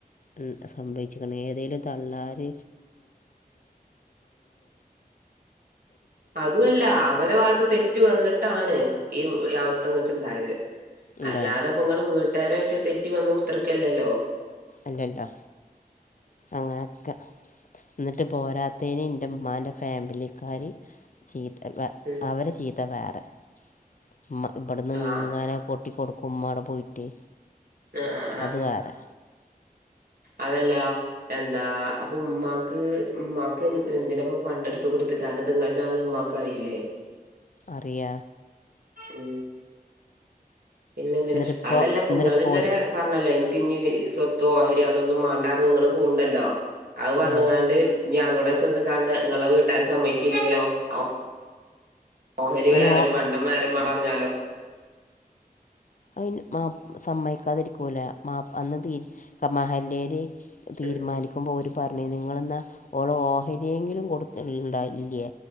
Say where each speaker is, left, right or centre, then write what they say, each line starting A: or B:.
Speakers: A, on the left; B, on the right.
A: ഉം സംഭവിച് !!!!!!!!!!
B: അതുവല്ല അവരെ വാത്ത് തെറ്റ് വന്നിട്ടാണ് ഈ അവസ്ഥങ്ങക്ക് ഇണ്ടായത്
A: ഉണ്ടായത്
B: അല്ലാതെപ്പെങ്ങള് വീട്ടാരായിട്ട് തെറ്റി വന്ന് കുത്തർക്കല്ലല്ലോ
A: അല്ലല്ലോ അങ്ങനൊക്കെ ഇന്നട്ട് പോരാത്തേന് ഇന്റെമ്മാന്റെ ഫാമിലിക്കാർ ചീത്ത വ
B: <unintelligible>
A: അവരെ ചീത്ത വേറെ ഇമ്മ ഇവിടെന്ന്
B: ആഹ്
A: ഇങ്ങനെ കൊട്ടി കൊടുക്കും ഇമ്മഅവിടെ പോയിട്ട്
B: ആഹ് ആഹ് ആഹ്
A: അത് വേറെ
B: അതല്ല എന്താ അപ്പൊ ഉമ്മാക്ക് ഉമ്മാക്ക് എന്തിനപ്പ പണ്ടെടുത്ത് കൊടുത്ത് കാരണത് ഇങ്ങൾതാണ് ഇമ്മാ കറീലേ
A: അറിയാ
B: ഉം പിന്നെന്തിന
A: എന്നിട്ടിപ്പോൾ
B: അതല്ല പങ്ങള്ങ്ങനെ
A: എന്നിട്ടിപ്പോൾ ഒരു
B: പറഞ്ഞല്ലോ ഇൻക്കിഞ്ഞി സ്വത്തോ ഓഹരിയോ അതൊന്നും മാണ്ടാ അർന് ഇങ്ങള് പോവ്ണ്ടല്ലോ അത് പർഞ്കാണ്ട്
A: ആ
B: ഇഞ്ഞി അവടെ ചെന്ന് കാണ്ട് ഇങ്ങളെ വീട്ടാര് സമ്മച്ചില്ലെങ്കിലോ ഓ ഓഹരി
A: അതിന്
B: വേറെയും പണ്ടം വേറിം പർഞ്ഞാലോ
A: അയ്ന് മാപ് സമ്മയ്ക്കാതിരിക്കൂല മാപ് അന്ന് തീ ക മഹല്ലേര് തീര്മാനിക്കുമ്പോ
B: ഉം
A: ഓര് പർഞ്ഞീന്ന് ഇങ്ങള്ന്നാ ഓളോ ഓഹരിയെങ്കിലും കൊടുത്ത് ണ്ടാല്ല്യേ